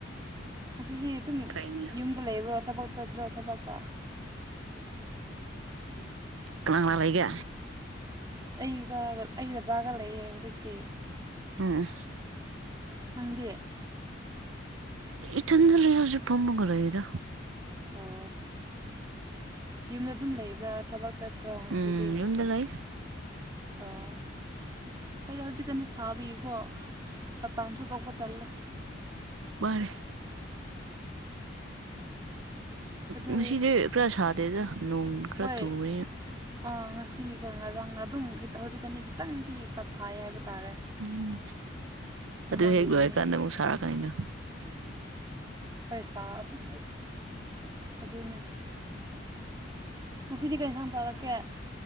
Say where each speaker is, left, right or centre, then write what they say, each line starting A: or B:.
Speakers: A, on the right (about 20°); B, on the right (about 90°).
A: ꯉꯁꯤꯗꯤ ꯑꯗꯨꯝ
B: ꯐꯩꯅꯦ
A: ꯌꯨꯝꯗ ꯂꯩꯕ꯭ꯔꯣ ꯊꯕꯛ ꯆꯠꯇ꯭ꯔꯣ ꯊꯕꯛꯀ
B: ꯀꯅꯥ ꯀꯅꯥ ꯂꯩꯒꯦ
A: ꯑꯩꯒ ꯑꯩ ꯗꯥꯒ ꯂꯩꯌꯦ ꯍꯧꯖꯤꯛꯇꯤ
B: ꯎꯝ
A: ꯅꯪꯗꯦ
B: ꯏꯊꯟ ꯂꯩ ꯍꯧꯖꯤꯛ ꯐꯝꯃꯒ ꯂꯩꯌꯦꯗ
A: ꯑꯣ ꯌꯨꯝꯗ ꯑꯗꯨꯝ ꯂꯩꯕ꯭ꯔꯥ ꯊꯕꯛ ꯆꯠꯇ꯭ꯔꯣ ꯉꯁꯤꯗꯤ꯫
B: ꯎꯝ ꯌꯨꯝꯗ ꯂꯩ
A: ꯑꯣ ꯑꯩꯣꯏꯗ ꯍꯧꯖꯤꯛꯀꯅꯤ ꯁꯥꯕꯤꯀꯣ ꯃꯄꯥꯟꯁꯨꯇꯣꯛꯄ ꯇꯜꯂꯦ꯫
B: ꯋꯥꯔꯦ
A: ꯑꯗꯨ
B: ꯉꯁꯤꯗꯤ ꯄꯨꯔ ꯁꯥꯗꯦꯗ ꯅꯣꯡ ꯈꯔ
A: ꯍꯣꯏ
B: ꯆꯨꯕꯅꯤꯅ
A: ꯑꯥ ꯉꯁꯤꯒ ꯉꯔꯥꯡ ꯑꯗꯨꯝ ꯍꯧꯖꯤꯛꯀꯅꯤ ꯈꯤꯇꯪꯗꯤ ꯇꯞꯊꯥꯏ ꯍꯥꯏꯕ ꯇꯥꯔꯦ꯫
B: ꯎꯝ
A: ꯃꯃꯥꯡꯒꯤ
B: ꯑꯗꯨ ꯍꯦꯛ ꯂꯣꯏꯔꯀꯥꯟꯗ
A: ꯅꯨꯃꯤꯠ
B: ꯑꯃꯨꯛ ꯁꯥꯔꯛꯀꯅꯤꯅꯣ꯫
A: ꯄꯩꯁꯥ ꯑꯗꯨꯝ ꯑꯗꯨꯅꯦ꯫ ꯉꯁꯤꯗꯤ ꯀꯩ ꯁꯝ ꯆꯥꯔꯛꯀꯦ꯫